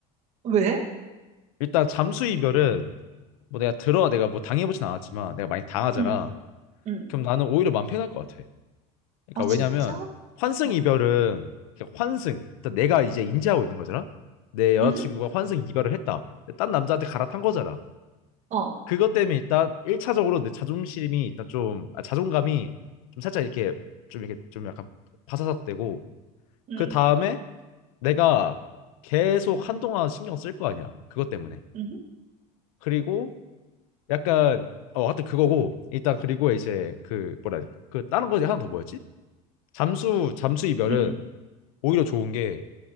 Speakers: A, on the right; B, on the left.
A: 왜?
B: 일단 잠수 이별은 뭐 내가 들어 내가 뭐 당해보진 않았지만 내가 많이 당하잖아.
A: 응, 응.
B: 그럼 나는 오히려 마음 편할 것 같아. 그러니까
A: 어, 진짜?
B: 왜냐면 환승
A: 어,
B: 이별은 그냥 환승. 그러니까 내가 이제 인지하고 있는 거잖아. 내 여자친구가
A: 응,
B: 환승 이별을 했다. 딴 남자한테 갈아탄 거잖아.
A: 어,
B: 그것 때문에 일단 1차적으로 내 자존심이 일단 좀 아, 자존감이 좀 살짝 이렇게 좀 이렇게 좀 약간 바사삭되고
A: 응,
B: 그 다음에 내가 계속 한동안 신경 쓸 거 아니야. 그것 때문에.
A: 응,
B: 그리고 약간 어 하여튼 그거고 일단 그리고 이제 그 뭐라 해야 돼? 그 다른 거 하나 더 뭐였지? 잠수 잠수 이별은
A: 응.
B: 오히려 좋은 게